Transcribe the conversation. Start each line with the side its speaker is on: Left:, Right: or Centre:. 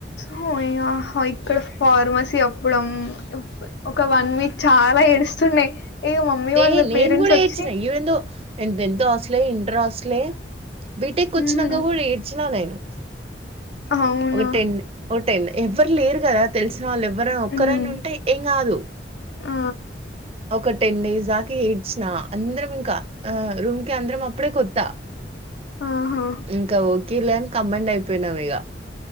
Left: హో ఇగ ఇక్కడ ఫార్మసీ అప్పుడేం ఇప్ ఒక వన్ వీక్ చాలా ఏడుస్తుండే ఇగ మమ్మీ
Right: వే
Left: వాళ్ళ
Right: నేను
Left: పేరెంట్స్
Right: కూడా
Left: వచ్చి
Right: ఏడ్చిన ఈవెన్ థో నేను టెన్త్ హాస్టలే ఇంటర్ హాస్టలే బీటెక్
Left: హ్మ్
Right: వచ్చినాంక కూడా ఏడ్చినా నేను
Left: అవునా
Right: ఒక టెన్ ఒక టెన్ ఎవ్వరు లేరు కదా తెలిసి నవాళ్ళు ఎవ్వరైనా ఒక్కరైనా
Left: హ్మ్
Right: ఉంటే ఏం కాదు
Left: ఆ
Right: ఒక టెన్ డేస్ దాకి ఏడ్చినా అందరం ఇంకా ఆ రూమ్ కి అందరం అప్పుడే కొత్త
Left: ఆహా
Right: ఇంక ఓకేలే అని కంబైండ్ అయిపోయినాం ఇగ